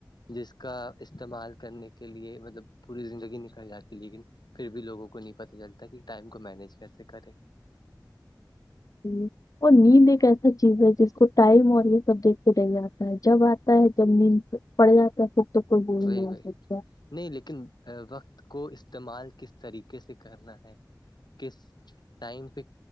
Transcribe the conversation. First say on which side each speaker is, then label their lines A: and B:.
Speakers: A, on the left (about 70°); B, on the left (about 50°).
A: جس کا استعمال کرنے کے لیے مطلب پوری زندگی نکل جاتی لیکن پھر بھی لوگوں کو نہیں پتا چلتا کہ ٹائم کو مینج کیسے کرے
B: <unintelligible> اور نیند ایک ایسا چیز ہے جس کو ٹائم اور یہ سب دیکھ کے رہ جاتتا ہے جب آتا ہے جب نیند پڑے جاتتا فک توک کوئی بول نہیں
A: وہی
B: ہوا
A: وہی
B: سکتا
A: نہیں لیکن وقت کو استعمال کس طریقے سے کرنا ہے کس ٹائم پک